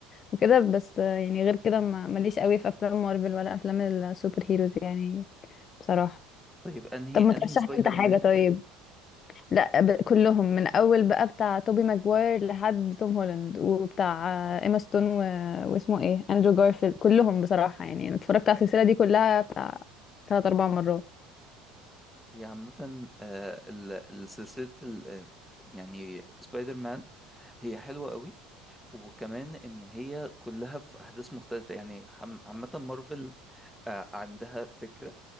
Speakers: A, on the left (about 40°); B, in the centre.
A: وكده بس يعني غير كده ما- ماليش قوي في افلام مارفل ولا افلام السوبر هيروز يعني بصراحه
B: طيب أنهي
A: طب ما
B: أنهي
A: ترشح
B: سبايدر
A: لي انت حاجه
B: مان
A: طيب لا ب... كلهم من اول بقى بتاع توبي ماجواير لحد توم هولاند وبتاع ايما ستون و... واسمه ايه اندرو جارفيلد كلهم بصراحه يعني انا اتفرجت على السلسله دي كلها بتاع ثلاث اربع مرات
B: هي عامة آه، ال- السلسلة ال- آه، يعني سبايدر مان هي حلوة قوي وكمان ان هي كلها في احداث مختلفه يعني حم- عامه مارفل آه، عندها فكره